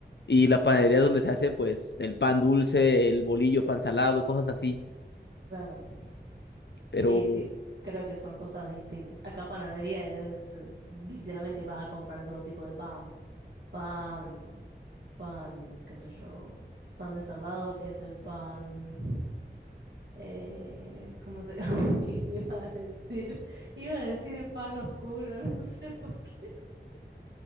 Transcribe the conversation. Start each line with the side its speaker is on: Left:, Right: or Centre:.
Left: Y la panadería es donde se hace, pues, el pan dulce, el bolillo, pan salado, cosas así.
Right: claro.
Left: Pero,
Right: Sí, sí, creo que son cosas distintas. Acá panadería es, eh, literalmente vas a comprar todo tipo de pan. Pan, pan, qué sé yo, pan de salvado, que es el pan. Eh, ¿cómo se llama? <laughs> iba a decir? Iba a decir pan oscuro, <laughs> no sé por qué.